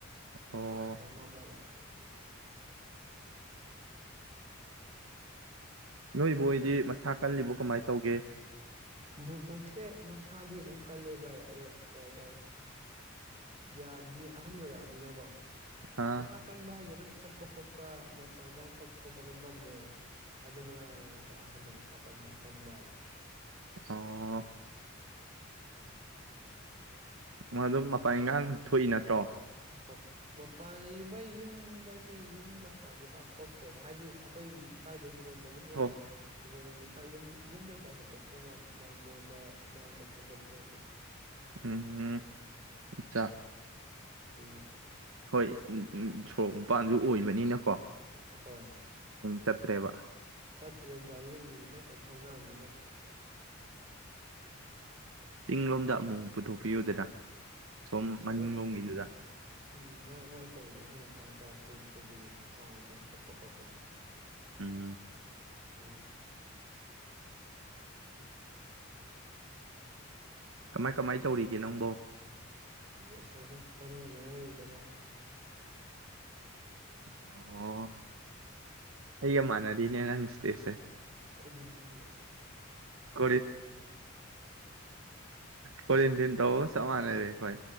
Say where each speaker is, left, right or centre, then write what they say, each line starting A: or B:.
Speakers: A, on the right (about 75°); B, on the right (about 30°).
A: ꯑꯣ
B: ꯊꯥꯎ ꯈꯈꯤꯇꯒꯥꯔꯒ
A: ꯅꯣꯏꯕꯨ ꯑꯣꯏꯗꯤ ꯃꯁꯥ ꯀꯜꯂꯤꯕ ꯀꯃꯥꯏꯅ ꯇꯧꯒꯦ
B: ꯕꯨꯕꯨꯣꯛꯁꯦ ꯃꯁꯥꯗꯤ ꯑꯗꯨꯝ ꯀꯜꯂꯦ ꯚꯥꯏ ꯑꯗꯣ ꯀꯩꯅꯣ ꯇꯧꯋꯦ ꯒ꯭ꯌꯥꯟꯅꯤ ꯑꯍꯟ ꯑꯣꯏꯔꯛꯑꯅꯤꯅꯀꯣ
A: ꯑꯥ
B: ꯃꯁꯥ ꯀꯟꯕ ꯍꯥꯏꯁꯦ ꯑꯗꯨꯝ ꯆꯠꯄ ꯈꯣꯠꯄ ꯃꯄꯥꯟ ꯏꯄꯥꯟ ꯊꯣꯛꯄ ꯈꯣꯠꯄ ꯑꯗꯨꯝ ꯉꯝꯃꯦꯕ ꯑꯗꯨ ꯃꯉꯥꯏꯗꯅꯀꯣ ꯑꯍꯟꯗ ꯃꯁꯥ ꯀ ꯀꯟꯕ ꯍꯥꯏꯗꯤꯦ
A: ꯑꯣ ꯎꯝ ꯑꯗꯨꯝ ꯃꯄꯥꯟ ꯏꯟꯈꯥꯡ ꯊꯣꯛꯏ ꯅꯠꯇ꯭ꯔꯣ
B: ꯑꯣ ꯃꯄꯥꯟ ꯃꯣꯏ ꯌꯨꯝꯗꯒꯤ ꯌꯨꯝ ꯃꯄꯥꯟꯗꯤ ꯄꯥꯛꯊꯣꯛꯆ꯭ꯔꯗ ꯍꯥꯏꯗꯤ ꯑꯩꯈꯣꯏ ꯁ꯭ꯋꯥꯏꯗ ꯀꯗꯕꯦ ꯏꯃꯨꯡ
A: ꯍꯣ
B: ꯃꯅꯨꯡ ꯁ꯭ꯋꯥꯏ ꯌꯨꯝ ꯌꯨꯝꯗ ꯀꯌꯥ ꯍꯦꯟꯗꯣꯛꯇ꯭ꯔꯦ ꯃꯥꯜꯂꯤ ꯃꯥꯡꯒꯣꯟꯜꯗ ꯁꯨꯃꯥꯡꯗ ꯐꯝꯕꯗꯤ ꯅꯠꯇꯅ
A: ꯎꯝꯝ ꯏꯆꯥꯥ
B: ꯎ
A: ꯍꯣꯏ ꯎꯝ ꯁꯣꯔꯣꯛ ꯃꯄꯥꯟꯁꯨ ꯑꯣꯏꯕꯅꯤꯅ
B: ꯍꯣꯏ
A: ꯆꯠꯇ꯭ꯔꯦꯕ
B: ꯁꯠꯇ꯭ꯔꯦ ꯔꯤꯔ ꯀ ꯀ ꯊꯧꯅꯥꯅꯤꯅ
A: ꯆꯤꯡꯂꯣꯝꯗ ꯑꯃꯨꯛ ꯄꯨꯊꯣꯛꯄꯤꯌꯨꯗꯅ ꯁꯣꯝ ꯃꯅꯤꯡꯂꯣꯝꯒꯤꯗꯨꯗ
B: ꯃꯔ ꯎ ꯎꯝ ꯃꯔꯛ ꯃꯔꯛꯇꯕꯗꯤ ꯑꯩꯈꯣꯏꯅ ꯇꯥ ꯇꯧꯔꯄ ꯄꯨꯕꯤꯌꯨ ꯆꯥ ꯑꯗꯨꯝ ꯊꯛꯄ ꯈꯣꯠꯄꯗ
A: ꯎꯝ
B: ꯎꯝ
A: ꯀꯃꯥꯏ ꯀꯃꯥꯏ ꯇꯧꯔꯤꯒꯦ ꯅꯪꯕꯣ
B: ꯎ ꯑꯁ ꯑꯗꯨꯝ ꯃꯔꯩ ꯃꯔꯩꯗ ꯚꯥꯏ
A: ꯑꯣ ꯑꯩꯒ ꯃꯥꯟꯅꯗꯤꯅꯦ ꯅꯪ ꯏ ꯏꯁꯇꯦꯁꯦ
B: ꯖꯅꯤ
A: ꯀ ꯀꯣꯟ ꯊꯤꯟ ꯇ ꯁꯃꯅꯔꯦ ꯍꯣꯏ